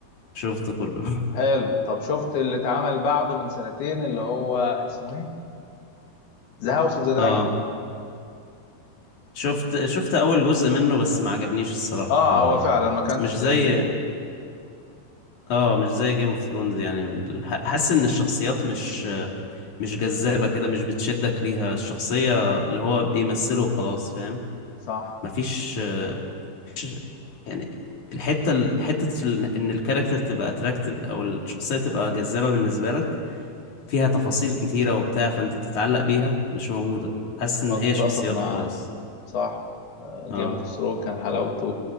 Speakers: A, on the left; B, on the left.
A: شفته كله
B: حلو طب شفت اللي اتعمل بعده من سنتين اللي هو اسمه ايه ذا هاوس
A: <laughs>
B: اوف ذا دراجون
A: اه شفت شفت اول جزء منه بس ما عجبنيش الصراحة
B: اه هو فعلا ما كانش
A: مش
B: زي
A: زي اه مش زي جيم اوف ثرونز يعني ال- ح- حاسس ان الشخصيات مش مش جذابة كده مش بتشدك ليها الشخصية اللي هو بيمثله خلاص فاهم
B: صح
A: مفيش مفيش- يعني الحتة ال- حتة ال- ان الكاركتر تبقى اتراكتيف او الشخصية تبقى جذابة بالنسبة لك فيها تفاصيل كتيرة وبتاع فانت تتعلق بيها مش موجودة حاسس ان
B: اتفق
A: هي شخصيات
B: معاك
A: وخلاص
B: صح جيم
A: اه
B: اوف ثرونز كان حلاوته